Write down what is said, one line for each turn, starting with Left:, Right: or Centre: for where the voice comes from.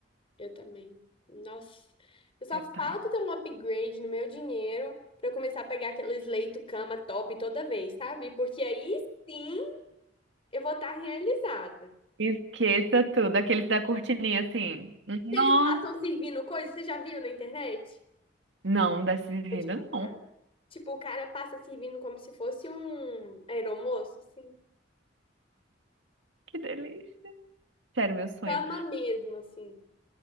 Left: Eu também. Nossa, eu só
Right: É
Left: falta
Right: pai.
Left: ter um upgrade no meu dinheiro pra eu começar a pegar aqueles leito cama top toda vez, sabe? Porque aí sim eu vou estar realizada.
Right: Esqueça tudo, aqueles da cortininha assim. Nossa!
Left: Que eles passam servindo coisa, você já viu na internet?
Right: Não, dá vida
Left: Vou te mandar.
Right: não.
Left: Tipo, o cara passa servindo como se fosse um aeromoço, assim.
Right: Que delícia. Sério, meu sonho.
Left: Cama mesmo, assim.